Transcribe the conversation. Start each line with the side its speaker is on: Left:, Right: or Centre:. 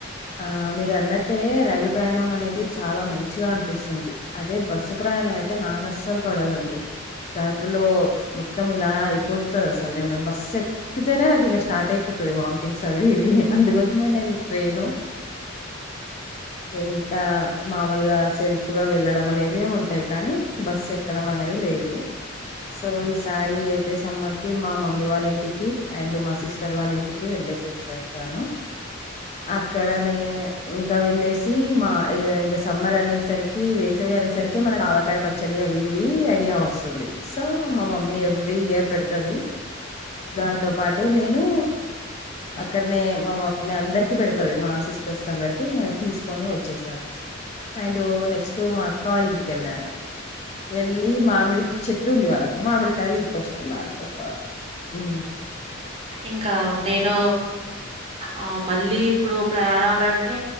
Left: ఆ మీరు అన్నట్టే రైలు ప్రయాణం అనేది చాలా మంచిగా అనిపిస్తుంది అదే బస్సు ప్రయాణం ప్రయాణం అయితే నాకస్సలు పడదండి కడుపులో మొత్తం ఇలా అయిపోతది అసలు నేను బస్సు ఎక్కితేనే నాకు ఇంక స్టార్ట్ అయిపోతు వామిటింగ్స్ అవి ఇవి అందుకోసమే నేను ట్రైను ఇంకా మామూలుగా సెల్ఫ్గా వెళ్ళడం అనేవి ఉంటాయి కానీ బస్ ఎక్కడం అనేది అది లేదు సో ఈసారి అయితే సమ్మర్ కి మా మమ్మీ వాళ్ళ ఇంటికి అండ్ మా సిస్టర్ వాళ్ళింటికి వెళ్తూ <inaudible> అక్కడనే ఇంకా వెళ్ళేసి మా ఇక ఇంకా సమ్మర్ అనేసరికి వేస అనే సరికి మనకు ఆవకాయ పచ్చడి అవి ఇవి ఐడియా వస్తుంది సో మా మమ్మీ ఎవ్రీ ఇయర్ పెడు తది దాంతో పాటు నేను అక్కడనే మా మమ్మీ అందరికి పెడతది మా సిస్టర్స్ అందరికి మేం తీసుకొని వచ్చేసాం అండ్ నెక్స్ట్ మా అక్క వాళ్ల ఇంటికి వెళ్ళాను వెళ్ళి మామిడి చెట్టు ఉంది వాళ్ళకు మామిడి కాయలు తీసుకొచ్చుకున్నాను ఒక మ్
Right: ఇంకా నేను ఆ మళ్ళీ ఇప్పుడు ప్రయాణాలంటే